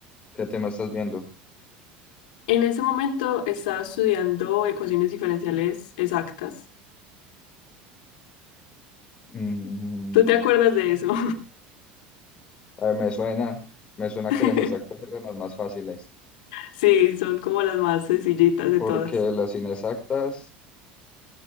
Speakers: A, on the left; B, on the left.
A: ¿qué tema estás viendo?
B: En ese momento estaba estudiando ecuaciones diferenciales exactas.
A: Mm,
B: ¿Tú te acuerdas de eso?
A: a ver, me suena, me suena
B: <laughs>
A: que las exactas eran las más fáciles,
B: Sí, son como las más sencillitas de
A: porque
B: todas.
A: las inexactas,